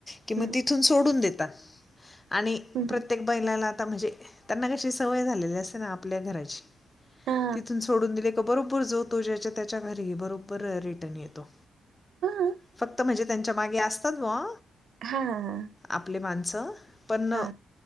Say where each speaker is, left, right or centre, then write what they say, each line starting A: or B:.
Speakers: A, on the left; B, on the right.
A: कि मग
B: हम्म
A: तिथून सोडून देत. आणि
B: हम्म
A: प्रत्येक बैलाला त्याना म्हणजे त्यांना कशी सवय झालेली असते. ना आपल्या घराची
B: हा
A: तिथून सोडून दिल की, मग बरोबर जो तो त्याच्या घरी बरोबर रिटर्न येतो.
B: हा
A: फक्त म्हणजे, त्यांच्या मागे असतात बुवा
B: हा
A: आपले माणसं पण
B: हा